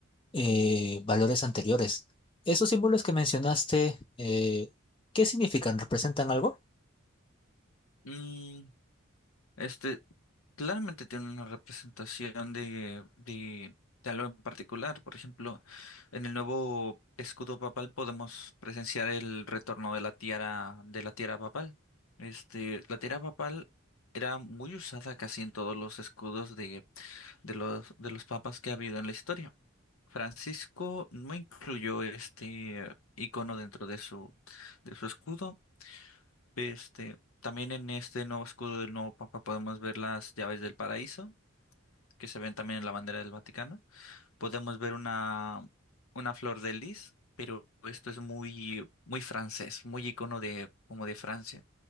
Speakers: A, on the left; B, on the left.
A: eh, valores anteriores. ¿Esos símbolos que mencionaste, eh, qué significan? ¿Representan algo?
B: Mm, Este claramente tiene una representación de, de, de algo en particular. Por ejemplo, en el nuevo escudo papal podemos presenciar el retorno de la tiara, de la tiara papal. Este, la tiara papal era muy usada casi en todos los escudos de, de los, de los papas que ha habido en la historia. Francisco no incluyó este icono dentro de su, de su escudo. Este, también en este nuevo escudo del nuevo Papa podemos ver las llaves del paraíso, que se ven también en la bandera del Vaticano. Podemos ver una, una flor de lis, pero esto es muy, muy francés, muy icono de, como de Francia.